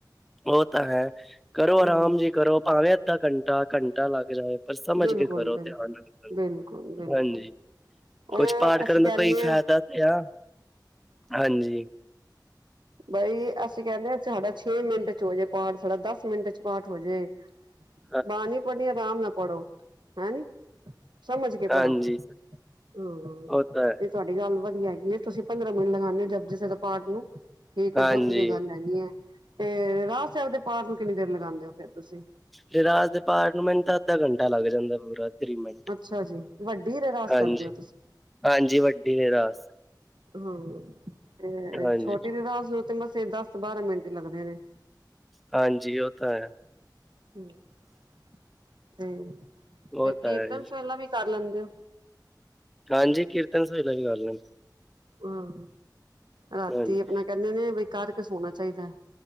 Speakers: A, in the centre; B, on the right.
A: ਉਹ ਤਾਂ ਹੈ ਕਰੋ
B: ਹਾਂ
A: ਆਰਾਮ ਜੀ ਕਰੋ ਭਾਵੇਂ ਅੱਧਾ ਘੰਟਾ ਘੰਟਾ ਲੱਗ ਜਾਏ ਪਰ ਸਮਝ
B: ਬਿਲਕੁਲ
A: ਕੇ ਕਰੋ
B: ਬਿਲ
A: ਧਿਆਨ ਨਾਲ
B: ਬਿਲਕੁਲ ਬਿਲਕੁਲ
A: ਹਾਂਜੀ
B: ਉਹ
A: ਕੁਛ ਪਾਠ
B: ਅਸੀਂ
A: ਕਰਨ
B: ਕਹਿੰਦੇ
A: ਦਾ ਕੋਈ
B: ਹਾਂ
A: ਫਾਇਦਾ ਤੇ ਆ ਹਾਂਜੀ
B: ਬਈ ਅਸੀਂ ਕਹਿੰਦੇ ਸਾਡਾ ਛੇ ਮਿੰਟ ਚ ਹੋ ਜੇ ਪਾਠ ਸਾਡਾ ਦਸ ਮਿੰਟ ਚ ਪਾਠ ਹੋ ਜੇ
A: <inaudible>
B: ਬਾਣੀ ਪੜਨੀ ਆਮ ਨਾਲ ਪੜੋ ਹੈ ਨੀ ਸਮਝ ਕੇ ਪੜੋ
A: ਹਾਂਜੀ
B: ਹਾਂ
A: ਉਹ ਤਾਂ ਹੈ
B: ਤੁਹਾਡੀ ਗੱਲ ਵਧੀਆ ਹੈਗੀ ਹੈ ਤੁਸੀਂ ਪੰਦਰਾਂ ਮਿੰਟ ਲਗਾਉਦੇ ਹੋ ਜਪੁਜੀ ਸਾਹਿਬ ਦੇ ਪਾਠ ਨੂੰ ਠੀਕ
A: ਹਾਂਜੀ,
B: ਬਹੁਤ ਵਧੀਆ ਗੱਲ ਹੈਗੀ ਹੈ ਤੇ ਰਾਏ ਸਾਹਿਬ ਦੇ ਪਾਠ ਨੂੰ ਕਿੰਨੀ ਦੇਰ ਲਗਾਉਂਦੇ ਹੋ ਫਿਰ ਤੁਸੀਂ
A: ਤੇ ਰਾਜ ਦੇ ਪਾਰਟ ਨੂੰ ਮੈਂਨੂੰ ਤਾਂ ਅੱਧਾ ਘੰਟਾ ਲੱਗ ਜਾਂਦਾ ਪੂਰਾ। <unintelligible> ਮਿੰਟ
B: ਅੱਛਾ ਜੀ ਵੱਡੀ ਰਹਿਰਾਸ
A: ਹਾਂਜੀ,
B: ਕਰਦੇ ਹੋ ਤੁਸੀਂ
A: ਹਾਂਜੀ ਵੱਡੀ ਏ ਰਾਸ।
B: ਹਂ ਤੇ
A: ਹਾਂਜੀ,
B: ਛੋਟੀ ਤੇ ਰਾਸ ਮਸੇ ਦਸ ਬਾਰਾਂ ਮਿੰਟ ਲੱਗਦੇ ਨੇ।
A: ਹਾਂਜੀ ਉਹ ਤਾਂ ਹੈ।
B: ਹਂ, <unintelligible>
A: ਉਹ ਤਾਂ
B: ਕੀਰਤਨ
A: ਹੈ ਜੀ,
B: ਸ ਵੇਲਾਂ ਵੀ ਕਰ ਲੈਂਦੇ ਔ।
A: ਹਾਂਜੀ ਕੀਰਤਨ ਸਹੇਲਾ ਵੀ <unintelligible>
B: ਹਾਂ, ਰਾਤੀ
A: ਹਾਂਜੀ
B: ਆਪਣਾ ਕਹਿੰਦੇ ਨੇ ਬਈ ਕਰ ਕੇ ਸੋਣਾ ਚਾਈਦਾ।